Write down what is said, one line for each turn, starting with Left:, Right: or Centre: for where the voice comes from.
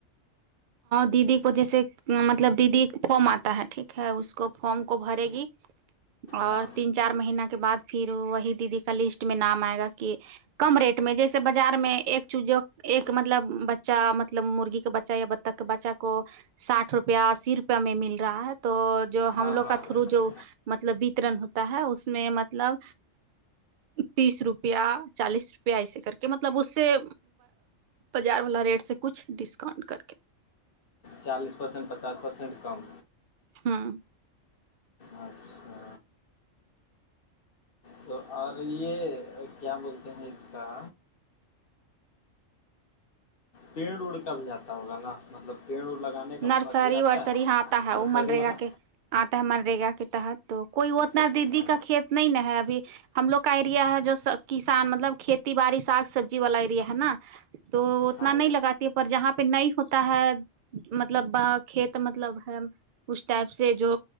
Right: دیدی کو جیسے مطلب دیدی فارم آتا ہے ٹھیک ہے اس کو فارم کو بھرے گی اور
Left: ہاں
Right: تین چار مہین کے بعد پھر وہی دیدی کا لسٹ میں نام آئے گا کہ کم ریٹ میں جیسے بازار میں ایک چوز ایک مطلب بچہ مطلب مرغی کے بچہ یا تک بچہ کو سٹھ روپیہ صرف روپ میں مل رہا ہے تو جو ہم
Left: ہاں
Right: لوگ
Left: ہاں
Right: کا تھرو جو مطلب وترن ہوتا ہے اس میں مطلب تیس روپیہ چالیس روپیہ ایے کر کے مطلب اس سے بازار والا ریٹ سے کچھ ڈسکاؤنٹ کر کے
Left: چالیس پرسینٹ پچاس پرسینٹ کم
Right: ہاں
Left: اچھا تو اور یہ کیا بولتے ہیں اس کا پیڑ اڑ کر بھی جاتا ہوگا نا مطلب پیڑ اڑ لگانے کا
Right: نرسری
Left: اھی
Right: ورسری
Left: آتا ہے
Right: ہاں آتا ہے
Left: نرسری
Right: وہ منریگا
Left: والا
Right: کے آتا ہے منرگا کے تحت تو کوئی اتنا
Left: اچھا
Right: دیدی کا کھیت اتنا ہی ن ہے ابھی ہم لوگ کا ایریا ہے جو کسان مطلب کھیتی باڑی سگ سبزی والا ری ہے نا تو اتنا
Left: ہاں
Right: نہیں لگاتی ہے پر جہاں پہ نہیں ہوتا ہے مطلب ب کھیت مطلب ہے اس ٹائپ سے جو